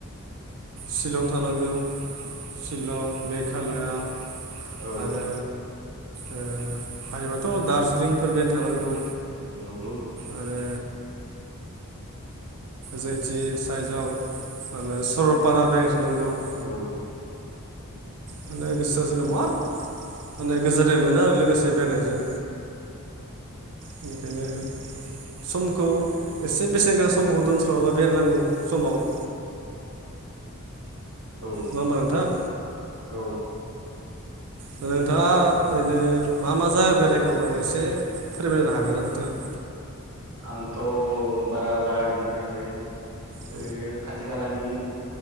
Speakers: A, on the right; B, on the right.
A: सिलं थानांगौ शिलं मेघालया
B: औ
A: आरो ओ हायोबाथ' दार्जिलिंफोर बेरायनो थांनांगौ
B: नंगौ
A: आरो जोंथि साइजाव माने सरलपारा बेरायनो थांनांगौ <inaudible>
B: औ
A: माने गोसोआव जोंनो मा माने गोजोननाय मोनो आरो लोगोसे बेरायनायजों बेनिखायनो समखौ एसे बेसेन गोसा समखौ दोनथ'नाबो बेरायनांगौ समाव <inaudible>
B: औ
A: नङा होमबा नोंथां
B: औ
A: औ नोंथाङा ओरैनो मा मा जायगा बेरायखो आंनो एसे फोरमायनो हा गोनना नोंथाङा
B: आंथ' बारा जायगा गिदिङाखै ओरैनो
A: औ
B: खाथि खालानि